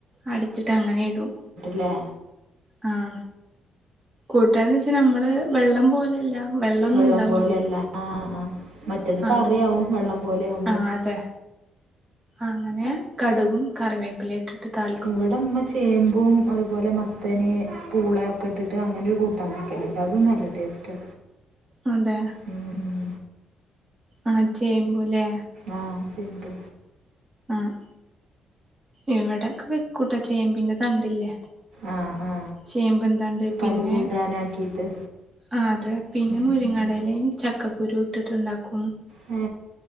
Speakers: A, on the right; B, on the right.
A: അടിച്ചിട്ട് അങ്ങനെ ഇടും
B: പലേ
A: ആഹ കൂട്ടാരന്ന് വെച്ചാ നമ്മള് വെള്ളം പോലല്ല വെള്ളൊന്നും
B: വെള്ളം
A: ഉണ്ടാവൂില്ല
B: പോലെയല്ല ആ ആ മറ്റേത്
A: അങ്ങനെ
B: കറിയാവും വെള്ളം പോലെ ആവുമ്പോൾ
A: ആ അതെ അങ്ങനെ കടുകും കറിവേപ്പില ഇട്ടിട്ട് ത
B: അവിടെമ്മ ചേമ്പും അതുപോലെ മത്തനെ പൂളയ ഒക്കെ ഇട്ടിട്ട് അങ്ങനെ ഒരു കൂട്ടംൻ വക്കലുണ്ട് അതും നല്ല ടേസ്റ്റ്
A: അതെ
B: ഉം ഉം
A: ആഹ ചേമ്പുലേ
B: ആഹ ചേമ്പ്
A: അഹ ഇവടെക്കെ വെക്കുട്ടൊ ചേമ്പിൻ്റെ തണ്ടില്ലേ
B: ആ ആ
A: ചേമ്പിൻന്തണ്ട്
B: പടു
A: പിന്നെ
B: കൂട്ടാനാക്കിയിട്ട്
A: ആഹ അതെ പിന്നെ
B: ഉം
A: മുരിങ്ങടലിം
B: ഉം.
A: ചക്കക്കുരും ഇട്ടിട്ട്ണ്ടാക്കും
B: ഏ